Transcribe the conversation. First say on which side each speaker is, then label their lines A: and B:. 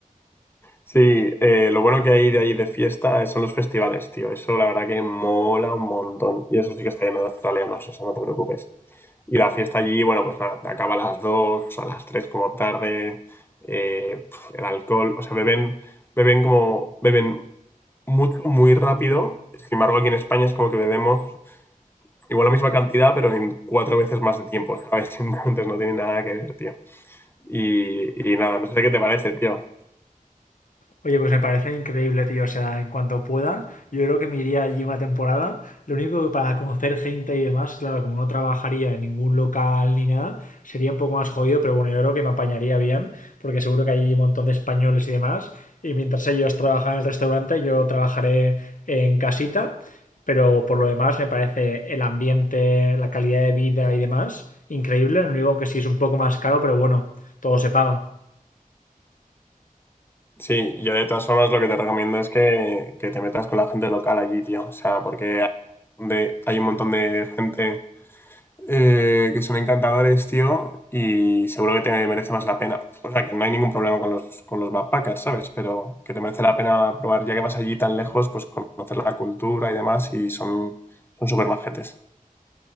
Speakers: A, on the left; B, on the left.
A: Sí, eh, lo bueno que hay de ahí de fiesta son los festivales, tío, eso la verdad que mola un montón, y eso sí que está lleno de australianos, o sea, no te preocupes. Y la fiesta allí, bueno, pues acaba a las 2 a las 3 como tarde, eh, el alcohol, o sea, beben, beben como, beben mucho, muy rápido. Sin embargo, aquí en España es como que bebemos igual la misma cantidad, pero en cuatro veces más de tiempo, ¿sabes? <laughs> Entonces no tiene nada que ver, tío. Y, y nada, no sé qué te parece, tío.
B: Oye, pues me parece increíble, tío. O sea, en cuanto pueda, yo creo que me iría allí una temporada. Lo único que para conocer gente y demás, claro, como no trabajaría en ningún local ni nada, sería un poco más jodido, pero bueno, yo creo que me apañaría bien, porque seguro que hay un montón de españoles y demás. Y mientras ellos trabajan en el restaurante, yo trabajaré en casita. Pero por lo demás, me parece el ambiente, la calidad de vida y demás, increíble. Lo único que sí es un poco más caro, pero bueno, todo se paga.
A: Sí, yo de todas formas lo que te recomiendo es que, que te metas con la gente local allí, tío. O sea, porque hay un hay un montón de gente eh, que son encantadores, tío, y seguro que te merece más la pena. O sea, que no hay ningún problema con los, con los backpackers, ¿sabes? Pero que te merece la pena probar, ya que vas allí tan lejos, pues conocer la cultura y demás, y son son súper majetes.